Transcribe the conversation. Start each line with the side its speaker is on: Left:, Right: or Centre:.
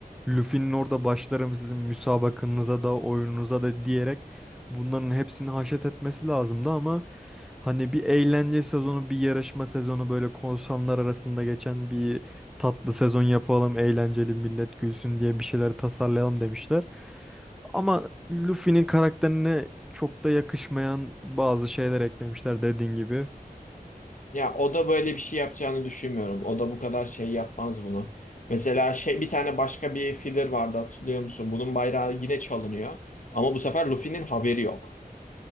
Centre: Luffy'nin orada başlarım sizin müsabakanıza da oyununuza da diyerek Bunların hepsini haşet etmesi lazımdı ama hani bir eğlence sezonu, bir yarışma sezonu böyle korsanlar arasında geçen bir tatlı sezon yapalım, eğlenceli millet gülsün diye bir şeyler tasarlayalım demişler. Ama Luffy'nin karakterine çok da yakışmayan bazı şeyler eklemişler dediğin gibi.
Left: Ya o da böyle bir şey yapacağını düşünmüyorum. O da bu kadar şey yapmaz bunu. Mesela şey bir tane başka bir filler vardı hatırlıyor musun? Bunun bayrağı yine çalınıyor. Ama bu sefer Luffy'nin haberi yok.